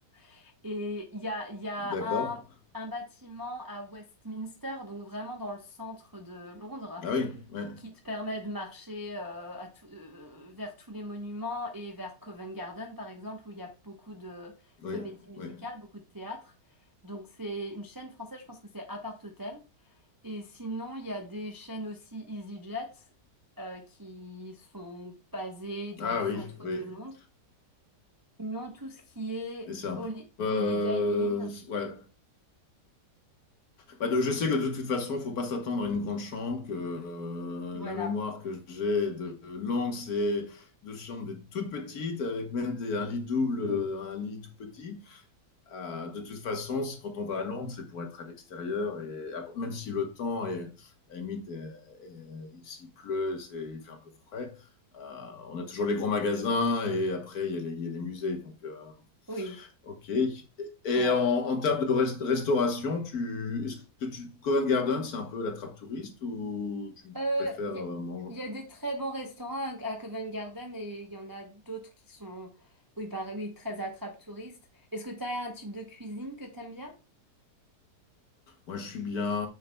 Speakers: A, on the right (about 20°); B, on the left (about 60°).
A: <laughs> Et il y a, il y a
B: d'accord.
A: un, un bâtiment à Westminster, donc vraiment dans le centre de Londres
B: Ah oui, oui,
A: qui te permet de marcher euh, à tout- euh, vers tous les monuments et vers Covent Garden, par exemple, où il y a beaucoup de
B: oui,
A: comédies musicales,
B: oui.
A: beaucoup de théâtre. Donc c'est une chaîne française, je pense que c'est Apart Hotel. Et sinon, il y a des chaînes aussi EasyJet euh, qui sont basées dans
B: Ah
A: le centre
B: oui, oui.
A: de Londres. Sinon, tout ce qui est
B: Et c'est un
A: Holi-
B: peu. euh,
A: Holiday Inn,
B: ouais. Bah, de- je sais que de toute façon, faut pas s'attendre à une grande chambre, que euh,
A: voilà.
B: la mémoire que j'ai de langue, c'est de chambres des toutes petites, avec même des, un lit double, euh, un lit tout petit. Euh, de toute façon, c'est- quand on va à Londres, c'est pour être à l'extérieur, et ap- même si le temps est, à la limite, est- est- il s'y pleut, c'est, il fait un peu frais. euh, on a toujours les grands magasins, et après, il y a les, il y a les musées. Donc, euh,
A: Oui.
B: Ok. Et
A: Ouais.
B: en, en termes de rest- restauration, tu, est-ce que tu, Covent Garden, c'est un peu la trappe touriste ou tu
A: Euh,
B: préfères
A: Il y
B: euh,
A: a,
B: manger?
A: il y a des très bons restaurants à, à Covent Garden et il y en a d'autres qui sont, oui, pareil, oui, très attrape-touristes. Est-ce que tu as un type de cuisine que t'aimes bien?
B: Moi, je suis bien.